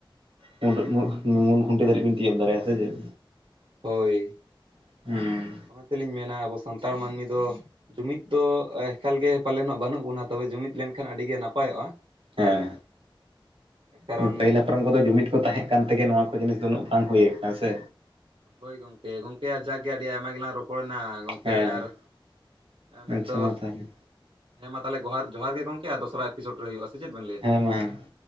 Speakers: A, on the right (about 80°); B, on the right (about 65°).
A: ᱢᱩᱸᱰᱩᱜ ᱢᱩᱨᱠᱷ ᱢᱩ ᱢᱩᱱ ᱠᱷᱩᱱᱴᱟᱹ ᱫᱷᱟᱹᱨᱤᱡ ᱵᱤᱱ ᱛᱤᱭᱟᱹᱜ ᱫᱟᱲᱮᱜᱼᱟ ᱥᱮ ᱪᱮᱫ?
B: ᱦᱳᱭ
A: ᱦᱩᱸ
B: ᱚᱱᱟ ᱛᱮᱞᱤᱧ ᱢᱮᱱᱟ ᱟᱵᱚ ᱥᱟᱱᱛᱟᱲ ᱢᱟᱹᱱᱢᱤ ᱫᱚ ᱡᱩᱢᱤᱫ ᱫᱚ ᱮᱠᱟᱞ ᱜᱮ ᱯᱟᱞᱮᱱᱚᱜ ᱵᱟᱹᱱᱩᱜ ᱵᱚᱱᱟ, ᱛᱚᱵᱮ ᱡᱩᱢᱤᱫ ᱞᱮᱱᱠᱷᱟᱱ ᱟᱹᱰᱤ ᱜᱮ ᱱᱟᱯᱟᱭᱚᱜᱼᱟ ᱾
A: ᱦᱮᱸ
B: ᱠᱟᱨᱚᱱ
A: ᱱᱟᱯᱟᱭ <unintelligible> ᱦᱟᱯᱨᱟᱢ ᱠᱚᱫᱚ ᱡᱩᱢᱤᱫᱽ ᱠᱚ ᱛᱟᱦᱮᱸᱜ ᱠᱟᱱ ᱛᱮᱜᱮ ᱱᱚᱣᱟ ᱠᱚ ᱡᱤᱱᱤᱥ ᱫᱚ ᱩᱱᱟᱹᱜ ᱯᱷᱟᱝ ᱦᱩᱭ ᱠᱟᱱᱟ ᱥᱮ᱾
B: ᱦᱳᱭ ᱜᱚᱝᱠᱮ, ᱜᱚᱝᱠᱮ ᱟᱡᱟᱜᱽ ᱜᱮ ᱟᱹᱰᱤ ᱟᱭᱢᱟ ᱜᱮᱞᱟᱝ ᱨᱚᱯᱚᱲᱮᱱᱟ, ᱜᱚᱝᱠᱮ
A: ᱦᱮᱸ
B: ᱟᱨ ᱟᱸ
A: ᱦᱮᱸ
B: ᱢᱮᱱᱫᱚ
A: ᱟᱪᱪᱷᱟ ᱢᱟ ᱛᱟᱦᱚᱞᱮ
B: ᱦᱮᱸ ᱢᱟ ᱛᱟᱦᱮᱞᱮ ᱜᱚᱦᱟᱨ ᱡᱚᱦᱟᱨ ᱜᱮ ᱜᱚᱝᱠᱮ ᱫᱚᱥᱨᱟ ᱮᱯᱤᱥᱳᱰ ᱨᱮ ᱦᱩᱭᱩᱜᱼᱟ, ᱥᱮ ᱪᱮᱫ ᱵᱤᱱ ᱞᱟᱹᱭ?
A: <unintelligible>